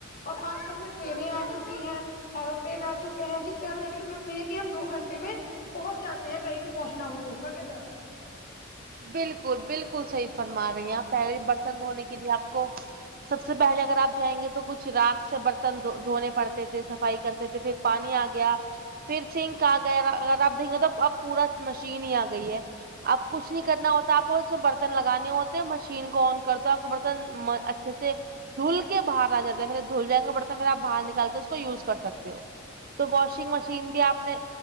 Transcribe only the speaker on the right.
بالکل بالکل صحیح فرما رہی ہیں آپ پہلے برتن دھونے کے لیے آپ کو سب سے پہلے اگر آپ جائیں گے تو کچھ راکھ سے برتن دھونے پڑتے تھے صفائی کرتے تھے پھر پانی آ گیا پھر آ گیا اگر آپ دیکھ گے تو اب پورا مشین ہی آ گئی ہے اب کچھ نہیں کرنا ہوتا آپ کونسا برتن لگانے ہوتے ہیں مشین کو آن کر دو برتن اچھے سے دھول کے باہر آ جاتا ہے پھر دھول جائیں گے برتن پھر آپ باہر نکال کے اس کو یوز کر سکتے ہو تو واشنگ مشین بھی آپ نے